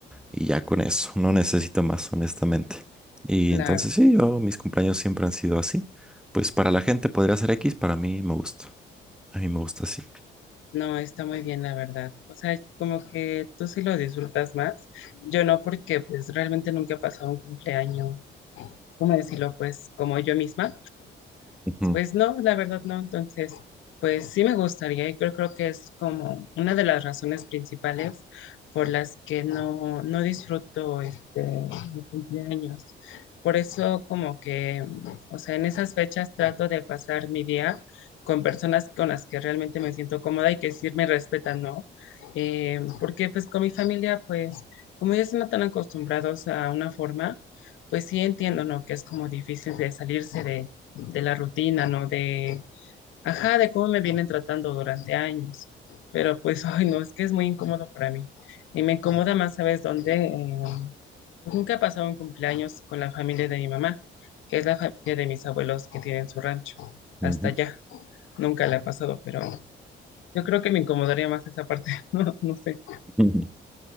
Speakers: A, in the centre; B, on the left (about 80°).
A: y ya con eso, no necesito más, honestamente. Y
B: claro.
A: entonces sí, yo mis cumpleaños siempre han sido así. Pues para la gente podría ser X, para mí me gusta. A mí me gusta así.
B: No, está muy bien, la verdad. O sea, como que tú sí lo disfrutas más. Yo no, porque pues realmente nunca he pasado un cumpleaños, ¿cómo decirlo? Pues como yo misma.
A: Ujú,
B: Pues no, la verdad no. Entonces, pues sí me gustaría y creo, creo que es como una de las razones principales por las que no, no disfruto este, mi cumpleaños. Por eso como que, mm, o sea, en esas fechas trato de pasar mi día con personas con las que realmente me siento cómoda y que sí me respetan, ¿no? Eh, porque pues con mi familia, pues como ya están tan acostumbrados a una forma, pues sí entiendo, ¿no? Que es como difícil de salirse de de la rutina, ¿no? De, ajá, de cómo me vienen tratando durante años. Pero pues, <laughs> ay, no, es que es muy incómodo para mí. Y me incomoda más, ¿sabes dónde? Eh, pues, nunca he pasado un cumpleaños con la familia de mi mamá, que es la familia de mis abuelos que tienen su rancho.
A: ujú,
B: Hasta allá, nunca la he pasado, pero yo creo que me incomodaría más esa parte, <laughs> no, no sé.
A: ujú.